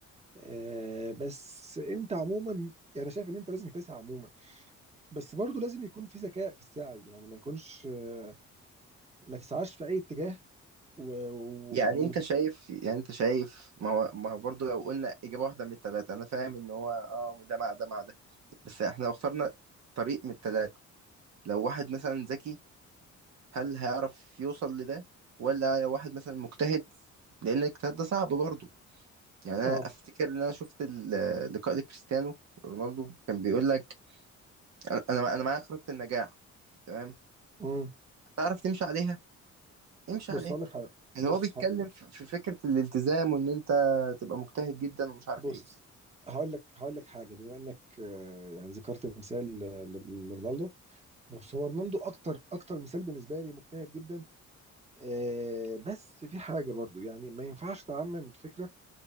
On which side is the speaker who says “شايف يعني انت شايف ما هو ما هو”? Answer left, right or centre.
Right